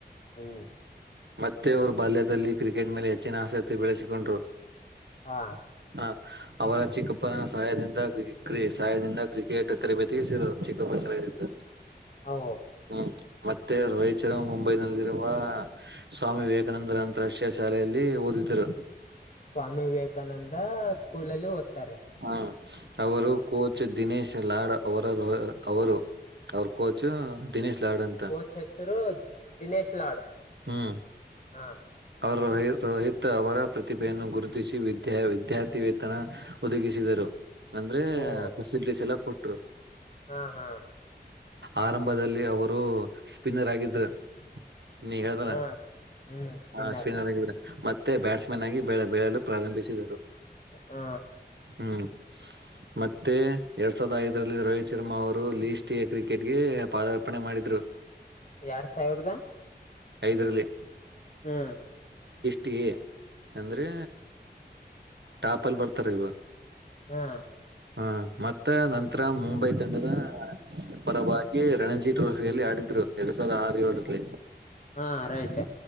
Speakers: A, on the left; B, on the right.
A: ಹ್ಮ್.
B: ಮತ್ತೆ ಅವರು ಬಾಲ್ಯದಲ್ಲಿ ಕ್ರಿಕೆಟ್ ಮೇಲೆ ಹೆಚ್ಚಿನ ಆಸಕ್ತಿ ಬೆಳೆಸಿಕೊಂಡ್ರು.
A: ಹಾ.
B: ಹ ಅವರ ಚಿಕ್ಕಪ್ಪನ ಸಹಾಯದಿಂದ ಕ್ರಿ ಸಹಾಯದಿಂದ ಕ್ರಿಕೆಟ್ ತರಬೇತಿಗೆ ಸಿ ಚಿಕ್ಕಪ್ಪ ಸಹಾಯದಿಂದ.
A: ಹೌ
B: ಹ್ಮ್ ಮತ್ತೆ ರಾಯಚರ ಮುಂಬೈನಲ್ಲಿರುವ ಸ್ವಾಮಿ ವಿವೇಕಾನಂದರ ಅಂತಾರಾಷ್ಟ್ರೀಯ ಶಾಲೆಯಲ್ಲಿ ಓದಿದ್ರು.
A: ಸ್ವಾಮಿ ವಿವೇಕಾನಂದ ಸ್ಕೂಲ್ ಅಲ್ಲಿ ಓದ್ತಾರೆ
B: ಹ್ಮ ಅವರು
A: ಹ
B: ಕೋಚ್ ದಿನೇಶ್ ಲಾಡ್ ಅವರ ಅವರು ಅವ್ರ ಕೋಚ್ ದಿನೇಶ್ ಲಾಡ್ ಅಂತ
A: ಕೋಚ್ ಹೆಸರು ದಿನೇಶ್ ಲಾಡ್
B: ಹ್ಮ್
A: ಹ.
B: ಅವರು ರೋಹಿತ್ ರೋಹಿತ್ ಅವರ ಪ್ರತಿಭೆಯನ್ನು ಗುರುತಿಸಿ ವಿದ್ಯಾ ವಿದ್ಯಾರ್ಥಿ ವೇತನ ಒದಗಿಸಿದರು. ಅಂದ್ರೆ
A: ಓ
B: ಫೆಸಿಲಿಟಿಸ್ ಎಲ್ಲ ಕೊಟ್ ಅ
A: ಹಾ ಹಾ.
B: ಆರಂಭದಲ್ಲಿ ಅವರು ಸ್ಪಿನ್ನರ್ ಆಗಿದ್ರ. ನೀ ಹೇಳ್ದ್ಲ
A: ಹಾ ಸ್- ಹ್ಮ್ ಸ್ಪಿನ್ನರ್
B: ಅಶ್ವಿನ್ ಆದಾಗಿದ್ರು ಮ ಮತ್ತೆ ಬ್ಯಾಟ್ಸ್ಮನ್ ಆಗಿ ಬೆಳೆ ಬೆಳೆಯಲು ಪ್ರಾರಂಭಿಸಿದರು.
A: ಹ
B: ಹ್ಮ್ ಮತ್ತೆ ಎರಡ್ ಸಾವಿರದ ಐದರಲ್ಲಿ ರೋಹಿತ್ ಶರ್ಮಾ ಅವರು ಲೀಸ್ಟ್ ಎ ಕ್ರಿಕೆಟ್ಗೆ ಪಾದಾರ್ಪಣೆ ಮಾಡಿದ್ರು.
A: ಯಾಡ್ ಸಾವಿರದ
B: ಐದರಲ್ಲಿ.
A: ಹ್ಮ್.
B: ಟೀ ಅಂದ್ರೆ ಟಾಪಲ್ಲಿ ಬರ್ತಾರ್ ಇವಾಗ.
A: ಹಾ.
B: ಹಾ ಮತ್ತ ನಂತರ ಮುಂಬೈ ತಂಡದ ಪರವಾಗಿ ರಣಜಿ ಟ್ರೋಫಿಯಲ್ಲಿ ಆಡಿದ್ರು ಎರಡ್ ಸಾವಿರ ಆರು ಏಳರಲ್ಲಿ.
A: ಹಾ ರೈಟ್